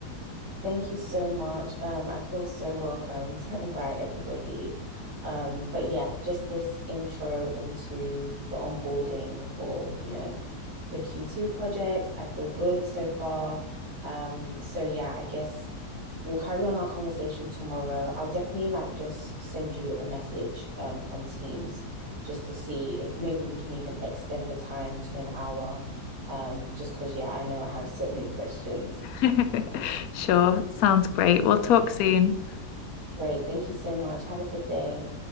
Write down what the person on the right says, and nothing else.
Thank you so much. Um, I feel so welcomed <laughs> by everybody. Um, but yeah, just this intro into the onboarding for, you know, the Q2 projects. I feel good so far. Um, so yeah, I guess we'll carry on our conversation tomorrow. I'll definitely like just send you a message um on Teams just to see if maybe we can even extend the time to an hour. Um, just because yeah, I know I have so many <laughs> questions.
Great. Thank you so much. Have a good day.